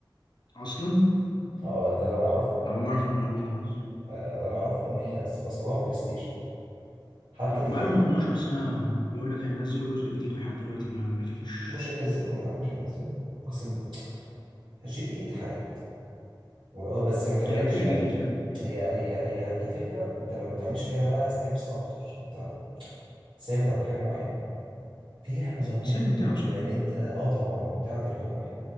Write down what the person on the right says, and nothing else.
اه ده اللي انا اعرفه
آه، اللي انا اعرفه ان هي أص- اصلها بلاي ستيشن حتى
تحكم
مش هينزلوا يا عم مش هينزلوا اصل جي تي اي اتحرقت ولو- بس ما اتحرقتش
يعني
هي هي هي كفكرة انت ما بتعملش فيها بقى ستيبس اكتر انت ثابت عند حاجة معينة في لعبة
زمان
بما ان انت اه طبعا ممتعة دي رقم واحد